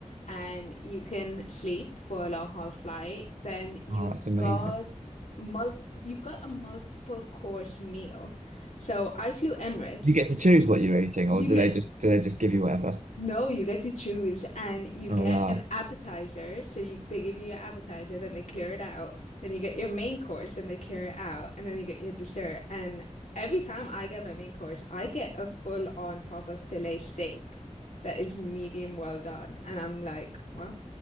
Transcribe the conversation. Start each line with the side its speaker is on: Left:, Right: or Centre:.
Left: and you can sleep for a long haul flight. Then you've
Right: Oh, that's amazing.
Left: got mul you've got a multiple course meal. So I flew Emirates.
Right: You get to choose what you're eating,
Left: You
Right: or do
Left: get
Right: they just do they just give you whatever?
Left: no, you get to choose and you
Right: Oh
Left: get
Right: wow.
Left: an appetizer. So you they give you your appetizer, then they clear it out. Then you get your main course, then they clear it out, and then you get your dessert. And every time I get my main course, I get a full on proper fillet steak that is medium well done. And I'm like, well,